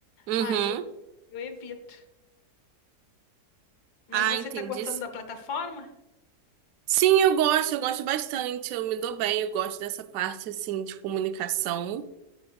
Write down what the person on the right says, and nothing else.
Uhum.
Ah,
entendi.
Sim, eu gosto, eu gosto bastante. Eu me dou bem, eu gosto dessa parte assim de comunicação